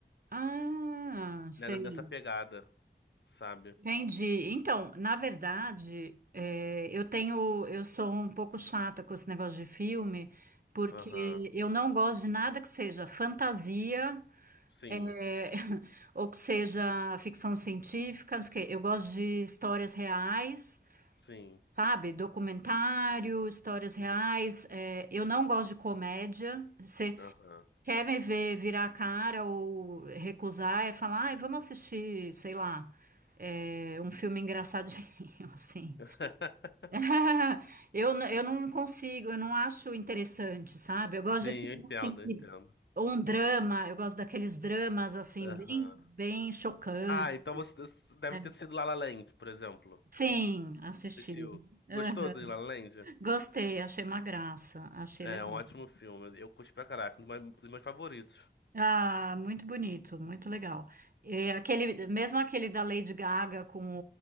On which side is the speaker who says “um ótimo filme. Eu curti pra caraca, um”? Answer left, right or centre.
Left